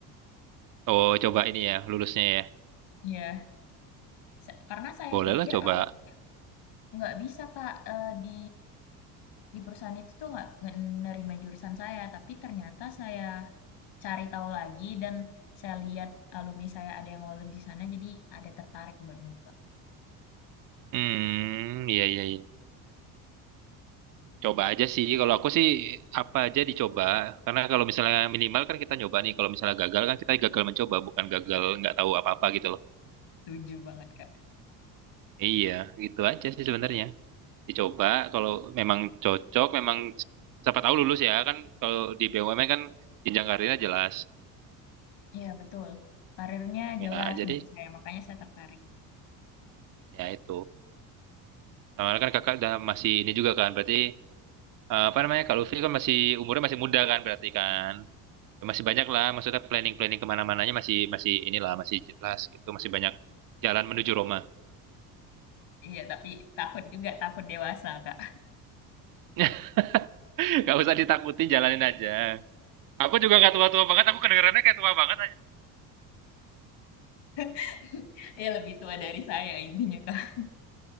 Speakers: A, on the right; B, on the left.
A: Oh, coba ini ya, lulusnya ya.
B: Ya, Sa- karena saya
A: Boleh
B: pikir
A: lah coba.
B: awal nggak bisa Kak Eh, di di perusahaan itu tuh nggak nggak nerima jurusan saya tapi ternyata saya cari tahu lagi dan saya lihat alumni saya ada yang lolos di sana jadi ada tertarik buat nyoba.
A: Hmm, iya, iya, iya. Coba aja sih, kalau aku sih apa aja dicoba. Karena kalau misalnya minimal kan kita nyoba nih, kalau misalnya gagal kan kita gagal mencoba, bukan gagal
B: Ya, betul.
A: nggak tahu apa-apa gitu loh.
B: Setuju banget, Kak.
A: Iya, gitu aja sih sebenarnya. Dicoba, kalau memang cocok, memang siapa tahu lulus ya kan. Kalau di BUMN kan jenjang karirnya jelas.
B: Iya betul. Karirnya
A: Ya,
B: jelas
A: jadi
B: menurut saya makanya saya tertarik.
A: ya itu. Sama kan kakak udah masih ini juga kan, berarti eh, apa namanya, kalau Lutfi kan masih umurnya masih muda kan berarti kan. Masih banyak lah, maksudnya planning-planning kemana-mananya masih masih inilah masih jelas gitu, masih banyak jalan menuju Roma.
B: Iya, tapi takut juga, takut dewasa, Kak.
A: <laughs> Gak usah ditakutin, jalanin aja. Aku juga nggak tua-tua banget, aku kedengerannya kayak tua banget aja.
B: <laughs> ya lebih tua dari saya intinya, Kak.